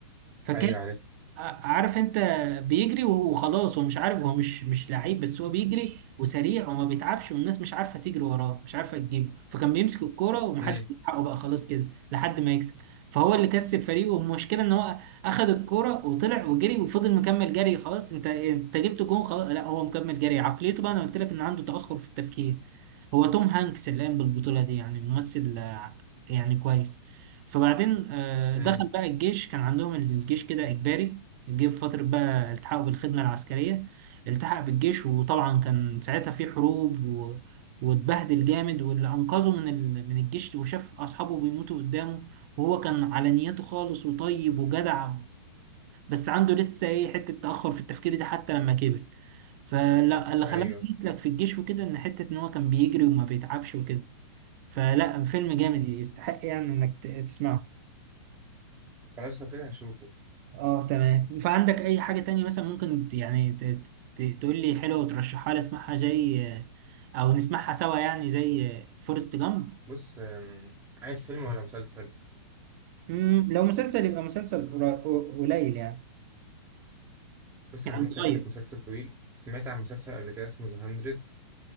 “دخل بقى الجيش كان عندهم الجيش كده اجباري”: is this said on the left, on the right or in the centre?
Right